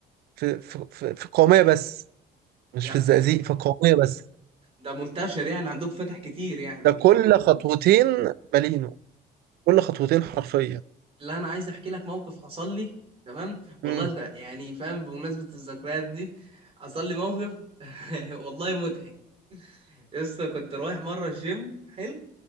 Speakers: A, on the right; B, on the right.
A: في في في في القومية بس مش
B: يعني
A: في الزقازيق في القومية بس
B: ده منتشر يعني عندك فاتح كتير يعني
A: ده كل خطوتين بالينو كل خطوتين حرفيا
B: لا أنا عايز أحكي لك موقف حصل لي تمام والله
A: امم
B: أنت يعني فاهم بمناسبة الذكريات دي حصل لي موقف <laughs> والله مضحك لسه كنت رايح مرة الجيم حلو